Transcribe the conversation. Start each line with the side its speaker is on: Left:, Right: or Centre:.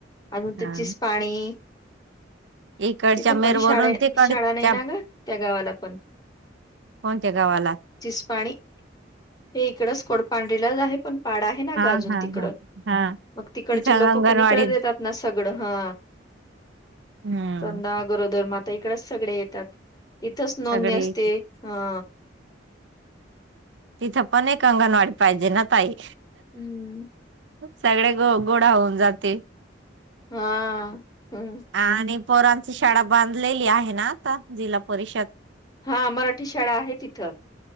Left: अजून त्याचीच
Right: हा
Left: पाणी
Right: इकडच्या
Left: तिथं
Right: मेरवरून
Left: पण शाळे
Right: तिकडच्या
Left: शाळा नाही ना ग त्या गावाला पण
Right: कोणते कावाला
Left: चिस पाणी हे इकडच कोड पांढरीलाच आहे पण पाड आहे ना
Right: हा
Left: ग अजून
Right: हा
Left: तिकडं
Right: हा हा
Left: मग तिकडचे
Right: तिथं
Left: लोक
Right: अंगणवाडी
Left: पण इकडत येतात ना सगळं हा
Right: हम्म
Left: चंदा गरोदर माता इकडेच सगळे येतात इथच नोंदणी
Right: सगळी
Left: असते ह
Right: तिथं पण एक अंगणवाडी पाहिजे ना ताई
Left: हम्म
Right: सगळे ग गोड होऊन जाते
Left: हा हम्म
Right: आणि पोरांची शाळा बांधलेली आहे ना आता जिल्हा परिषद
Left: हा मराठी शाळा आहे तिथं